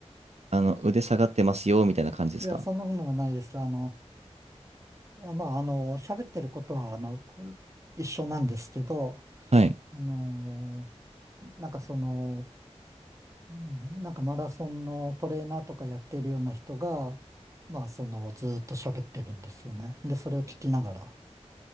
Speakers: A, on the right (about 70°); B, on the right (about 25°).
A: あの、腕下がってますよ、みたいな感じですか。
B: いや、そんなものはないです。あの、いや、まあ、あの、喋ってることは、あの、一緒なんですけど、
A: はい。
B: あのなんかその、うんなんかマラソンのトレーナーとかやってるような人が、まあそのずーっと喋ってるんですよね。で、それを聞きながら